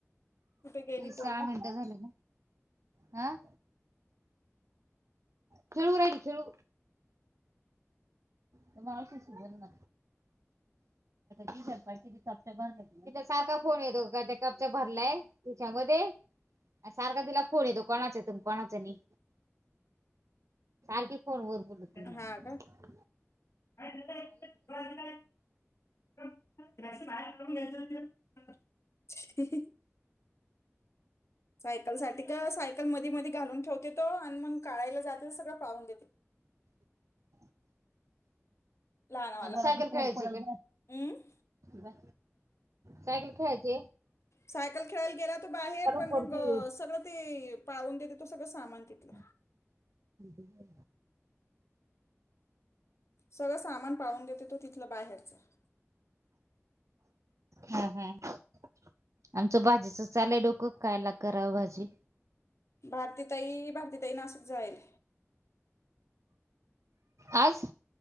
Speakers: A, on the left; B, on the right.
A: कुठे गेली
B: इ सहा
A: पोरगी
B: मिनटं झाले ना हं आ खिळव राहिल खिळू त्या मावशीशी बोल ना ति सारखा फोन येतो का त्या कपच भरलाय तिच्यामध्ये सारखा तिला फोन येतो कोणाच त कोणाचं नाही सारखी फोन वर बोलत म्हण
A: हा का <unintelligible> <unintelligible> सायकल साठी का सायकल मधी मध घालून ठेवतेेतो आणि मग काळायला जाते. तर सगळं पाळून देते
B: <unintelligible>
A: लहानवाला
B: सायकल खेळायचे
A: हम्म
B: का सायकल खेळायचे
A: सायकल खेळायला गेला तो बाहेर पण
B: पडते
A: मग सगळं ते पाळून देते तो सगळं सामान तिथलं
B: <unintelligible>
A: सगळं सामान पाळून देते तो तिथलं बाहेरचा <inaudible>
B: हा आमचं भाजीच चालय डोकं कायला करावं भाजी
A: भारती तई भारती ताई <unintelligible> जायल
B: आज